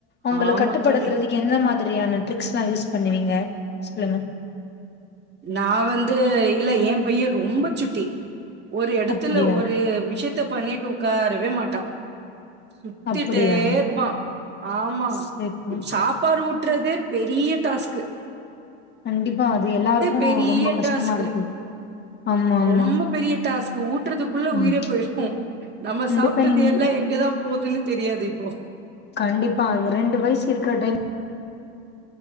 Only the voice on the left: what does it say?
உங்கள
கட்டுப்படுத்தறதுக்கு
எந்த மாதிரியான ட்ரிக்ஸ்லா யூஸ் பண்ணுவீங்க சொல்லுங்க
அப்டியா
அப்டியா
சேரிங்க
கண்டிப்பா அது எல்லாருக்கு
ரொம்ப கஷ்டமா
இருக்கு ஆமா ஆமா
ஆமா
கண்டிப்பா
இன்
கண்டிப்பா ரெண்டு வயசு இருக்கற டைம்